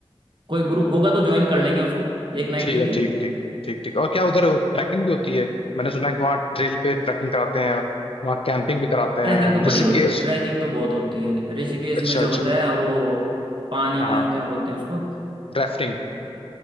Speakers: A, on the right; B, on the left.
A: कोई ग्रुप होगा तो ज्वाइन कर लेंगे उसको एक नाइट
B: ठीक
A: के लिए
B: है ठीक ठीक ठीक ठीक और क्या उधर ट्रैकिंग भी होती है मैंने सुना है कि वहाँ ट्रेल पे ट्रैकिंग कराते हैं वहाँ कैंपिंग भी कराते
A: ट्रैकिंग
B: हैं
A: तो बड़ी
B: ऋषिकेश
A: होती है ट्रैकिंग तो बहुत होती है ऋषिकेश
B: अच्छा
A: में जो
B: अच्छा
A: होता है वो पानी
B: हाँ
A: में क्या बोलते हैं उसको
B: राफ्टिंग